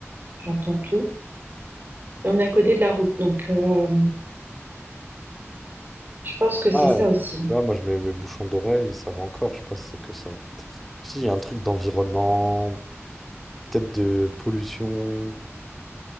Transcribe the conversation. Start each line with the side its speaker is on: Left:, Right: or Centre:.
Right: j'entends tout. Et on est à côté de la route, donc... euh, Je pense que c'est
Centre: Ah,
Right: ça aussi.
Centre: tu vois, moi je mets mes bouchons d'oreille, ça va encore. Je sais pas si c'est que ça. Si, il y a un truc d'environnement, peut-être de pollution.